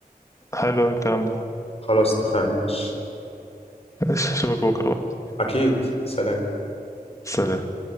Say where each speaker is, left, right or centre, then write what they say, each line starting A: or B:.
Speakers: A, on the left (about 20°); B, on the left (about 40°).
A: حلو الكلام ده
B: خلاص اتفقنا ماشي
A: ماشي، اشوفك بكره بقى
B: اكيد سلام
A: سلام